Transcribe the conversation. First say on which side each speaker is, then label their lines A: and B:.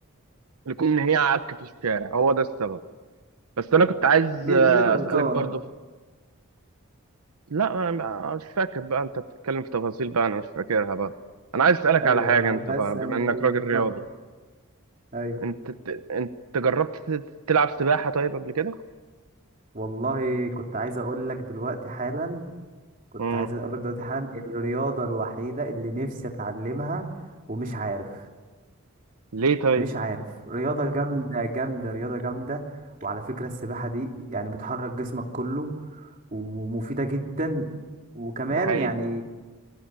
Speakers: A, on the right; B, on the right.
A: لكون ان هي عك في الشارع هو ده السبب بس انا كنت عايز
B: مين
A: آه،
B: مين اللي غلطان
A: اسألك برضه في- لا انا مش فاكر بقى انت بتتكلم في تفاصيل بقى انا مش فاكرها بقى انا عايز اسألك
B: ايوه
A: على حاجة
B: ايوه
A: انت
B: كنت
A: بقى
B: عايز تسألني
A: بما انك
B: ايه
A: راجل
B: اتفضل
A: رياضي
B: ايوه
A: انت انت جربت تلعب سباحة طيب قبل كده؟
B: والله كنت عايز اقول لك دلوقتي حالا كنت
A: امم
B: عايز اقول لك دلوقتي حالا الرياضة الوحيدة اللي نفسي اتعلمها ومش عارف
A: ليه طيب؟
B: مش عارف رياضة جامدة جامدة رياضة جامدة وعلى فكرة السباحة دي يعني بتحرك جسمك كله ومفيدة جدا وكمان
A: ده حقيقي
B: يعني